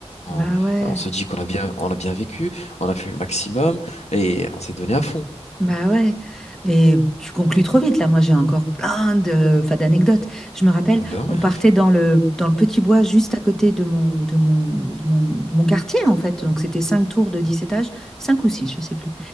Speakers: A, on the left; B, in the centre.
A: on,
B: Bah ouais.
A: on se dit qu'on a bien, on a bien vécu, on a fait le maximum et on s'est donné à fond.
B: Bah ouais, et tu conclus trop vite là. Moi, j'ai encore plein de, enfin, d'anecdotes. Je me rappelle,
A: Ah ben ouais,
B: on partait
A: à fond.
B: dans le, dans le petit bois juste à côté de mon, de mon, de mon, de mon quartier en fait. Donc c'était cinq tours de 10 étages, cinq ou six, je sais plus.